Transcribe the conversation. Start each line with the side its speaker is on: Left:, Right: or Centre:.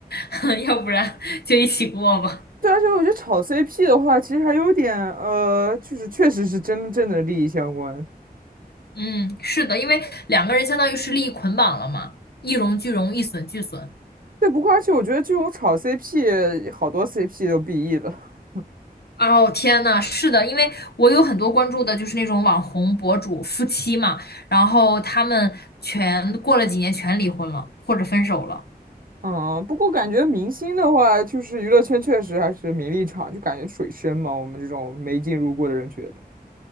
Left: <laughs> 要不然 <laughs> 就一起过吧。
Right: 对，而且我觉得炒 CP 的话，其实还有点呃，就是确实是真正的利益相关。
Left: 嗯，是的，因为两个人相当于是利益捆绑了嘛，一荣俱荣，一损俱损。
Right: 对，不过而且我觉得这种炒 CP，好多 CP 都 BE 了。
Left: 哦，天呐，是的，因为我有很多关注的就是那种网红博主夫妻嘛，然后他们全过了几年全离婚了，或者分手了。
Right: 嗯，不过感觉明星的话，就是娱乐圈确实还是名利场，就感觉水深嘛。我们这种没进入过的人觉得